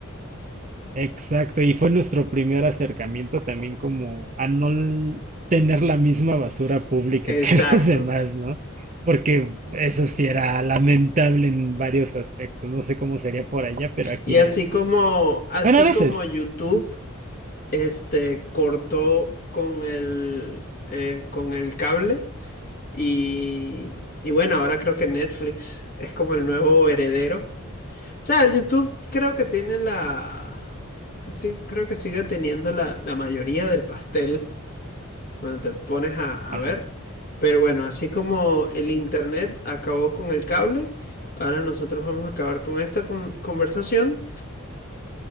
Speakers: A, on the right; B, on the left.
A: Exacto, y fue nuestro primer acercamiento también como a no l- tener la misma basura pública
B: Exacto.
A: que <laughs> los demás, ¿no? Porque eso sí era lamentable en varios aspectos. No sé cómo sería por allá, pero aquí
B: Y
A: lo
B: así
A: era.
B: como, así
A: Bueno, a veces.
B: como YouTube, este, cortó
A: Ajá,
B: con el, eh, con el cable y, y bueno, ahora creo que Netflix es como el nuevo heredero. O sea, YouTube creo que tiene la, que sí, creo que sigue teniendo la, la mayoría del pastel cuando te pones a,
A: ajá.
B: a ver. Pero bueno, así como el internet acabó con el cable, ahora nosotros vamos a acabar con esta con- conversación.